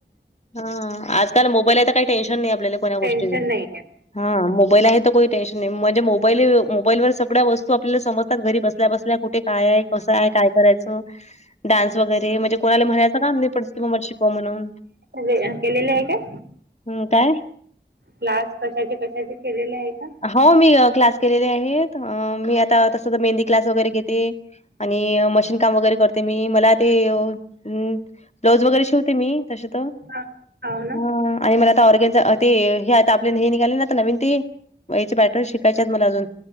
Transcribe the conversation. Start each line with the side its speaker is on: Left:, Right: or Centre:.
Left: हा आज? य कल स हाय त मोबाईल हाय त काही टेन्शन नाही आपल्याला कोन्या गोष्टीच
Right: टेन्शन नाही आहे
Left: हां. मोबाईल आहे तर कोही टेन्शन नाही म्हणजे, मोबाईल मोबाईल व सग्याल्या वस्तू आपल्याला, समजतात घरी बसल्या बसल्या कुठे काय आहे? कसं हाय? काय करायचं? डान्स वगैरे म्हणजे कोणाला म्हणायंच काम नाही, अमी पुढच तुमी मला शिकवा म्हणून.
Right: आले. हां केलेले आहे का?
Left: हूम काय?
Right: क्लास कशाचे कशाचे केलेले आहे का?
Left: हो, मी क्लास केले आहेत. मी आता तसं, मेहंदीक्लास वगैरे घेते. आणि मशीन काम वगैरे करते मी मला ते अ उ. ब्लाऊज वगैरे शिवते मी तशे तर
Right: हा हो ना
Left: ह. आणि मला आता ऑर्गनझा ते हे आता आपल हे निघाले ना आता नवीन ते हेचे बॅटर् शिकायचे आहेत मला अजून.